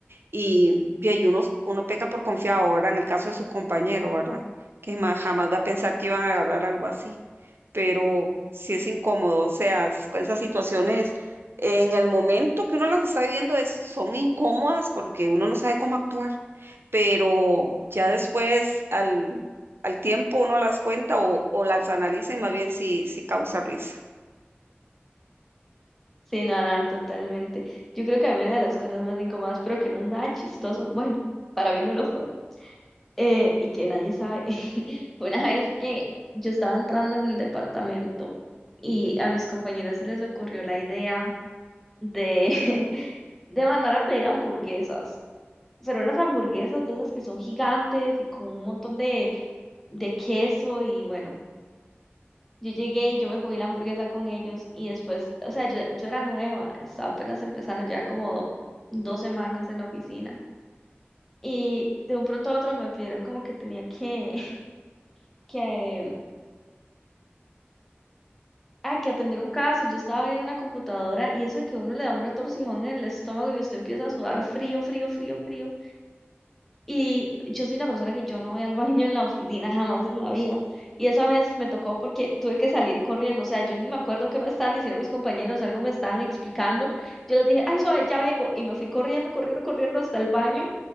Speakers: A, on the right (about 65°); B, in the centre.
A: Y, y ahí uno, uno peca por confiado, ahora En el caso de su compañero, ¿verdad? Que ma- jamás va a pensar que iban a hablar algo así. Pero sí es incómodo, o sea, es- con esas situaciones, en el momento que uno las está viviendo, es, son incómodas porque uno no sabe cómo actuar. Pero ya después, al, al tiempo, uno las cuenta o, o las analiza y más bien si sí sí causa risa.
B: Sí, nada, totalmente. Yo creo que a mí una de las cosas más incómodas, pero que no es nada chistoso, bueno, para mí no lo fue, eh, y que nadie sabe, <laughs> fue una vez que yo estaba entrando en el departamento y a mis compañeros se les ocurrió la idea de, <laughs> de mandar a pedir hamburguesas. pero unas hamburguesas de esas que son gigantes y con un montón de, de queso y bueno, yo llegué y yo me comí la hamburguesa con ellos y después, o sea, yo, yo era nueva, estaba apenas empezando, ya como dos semanas en la oficina y de un pronto a otro me pidieron como que tenía que, <laughs> que, ah, que atender un caso, yo estaba abriendo una computadora y eso de que uno le da un retorcijón en el estómago y usted empieza a sudar frío, frío, frío, frío Y yo soy una persona que yo no voy al <laughs> baño en la oficina jamás en la vida. Y esa vez me tocó porque tuve que salir corriendo. O sea, yo ni me acuerdo qué me estaban diciendo mis compañeros, algo me estaban explicando. Yo les dije, ay, suave, ya vengo. Y me fui corriendo, corriendo, corriendo hasta el baño